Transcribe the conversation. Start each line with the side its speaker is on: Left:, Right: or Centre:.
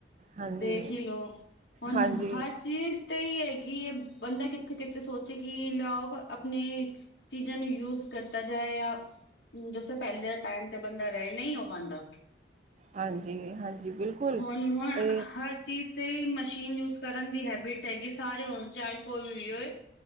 Right: ਹਾਂਜੀ
Left: ਦੇਖ ਈ ਦੋ, ਹੁਨ
Right: ਹਾਂਜੀ
Left: ਹਰ ਚੀਜ ਤੇ ਏਹੀ ਹੈਗੀ ਏ ਬੰਦਾ ਕਿੱਥੇ-ਕਿੱਥੇ ਸੋਚੇ ਕਿ ਲੋ ਅਪਨੇ ਚੀਜਾ ਨੂੰ ਯੂਜ ਕੀਤਾ ਜਾਏ ਯਾ ਜੈਸੇ ਪੈਲੇ ਟਾਈਮ ਤੇ ਬੰਦਾ ਰਏ, ਨਈ ਹੋ ਪਾਂਦਾ।
Right: ਹਾਂਜੀ ਹਾਂਜੀ, ਬਿਲਕੁਲ।
Left: ਹੁਨ, ਹੁਨ
Right: ਤੇ
Left: ਹਰ ਚੀਜ ਤੇ ਮਸ਼ੀਨ ਯੂਜ ਕਰਨ ਦੀ ਹੈਬਿਟ ਹੈਗੀ ਸਾਰੇ ਹੋਨ ਚਾਏ ਕੋਈ ਵੀ ਹੋਏ ਤੇ